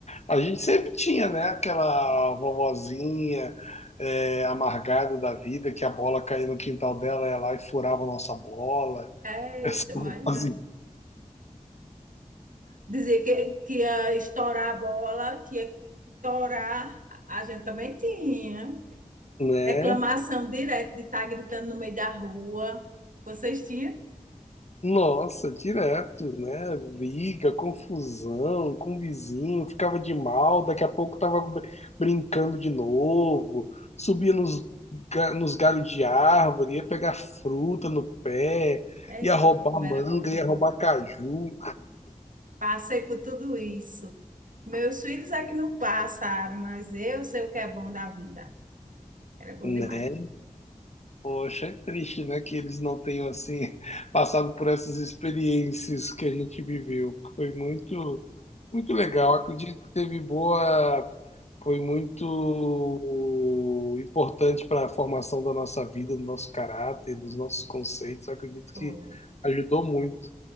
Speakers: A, on the left; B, on the right.
A: A gente sempre tinha, né? Aquela vovozinha é, amargada da vida, que a bola caía no quintal dela, ela ia lá e furava a nossa bola.
B: Eita,
A: <laughs> Essa vovozinha,
B: mas já dizer que, que ia estourar a bola, que ia estourar, a gente também tinha.
A: né?
B: Reclamação direto de estar gritando no meio da rua. Vocês tinham?
A: Nossa, direto, né? Briga, confusão com o vizinho, ficava de mal, daqui a pouco tava br- brincando de novo, subia nos, ga- nos galhos de árvore, ia pegar fruta no pé,
B: Eita,
A: ia roubar
B: como
A: manga,
B: era bom.
A: ia roubar caju,
B: Passei por tudo isso. Meus filhos é que não passaram, mas eu sei o que é bom da vida. Era bom
A: né?
B: demais.
A: Poxa, é triste, né, que eles não tenham, assim, <laughs> passado por essas experiências que a gente viveu, que foi muito. Muito legal. Acredito que teve boa, foi muito importante para a formação da nossa vida, do nosso caráter, dos nossos conceitos. Acredito
B: Foi.
A: que ajudou muito.